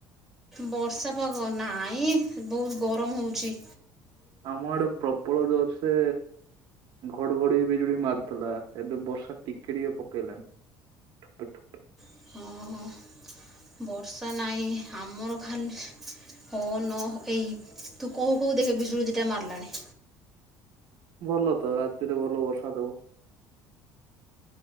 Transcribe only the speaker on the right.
ଆମ ଆଡେ ପ୍ରବଳ ଜୋରସେ ଘଡଘଡି ବିଜୁଳି ମାରୁଥୁଲା ଏବେ ବର୍ଷା ଟିକେ ଟିକେ ପକେଇଲାଣି। ଠୋପେ ଠୋପେ।
ଭଲ ତ ରାତିରେ ଭଲ ବର୍ଷା ଦବ।